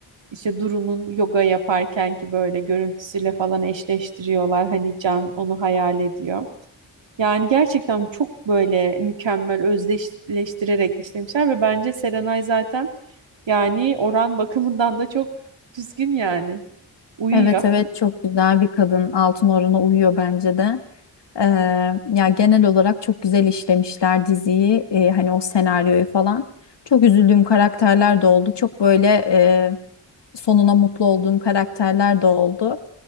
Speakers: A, on the right (about 80°); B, on the left (about 65°).
A: işte Duru'nun yoga yaparken ki böyle görüntüsüyle falan eşleştiriyorlar. Hani Can onu hayal ediyor. Yani gerçekten çok böyle mükemmel özdeşleştirerek işlemişler ve bence Serenay zaten yani oran bakımından da çok düzgün yani. Uyuyor.
B: Evet evet çok güzel bir kadın. Altın orana uyuyor bence de. Ee, ya genel olarak çok güzel işlemişler diziyi. Ee, hani o senaryoyu falan. Çok üzüldüğüm karakterler de oldu. Çok böyle e, sonuna mutlu olduğum karakterler de oldu.